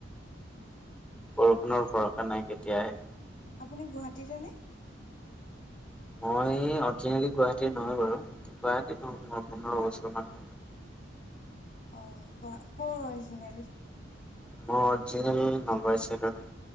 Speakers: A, in the centre; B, on the left (about 45°).
A: বৰষুণৰ ভৰষা নাই কেতিয়া আহে।
B: আপুনি গুৱাহাটীৰে নে
A: মই অৰিজিনেলি গুৱাহাটীৰ নহয় বাৰু, গুৱাহাটীত মোৰ পোন্ধৰ বছৰ মান।
B: অঁ কোৱা কৰ অৰিজিনেল।
A: মই অৰিজিনেল নলবাৰী চাইতৰ হয়।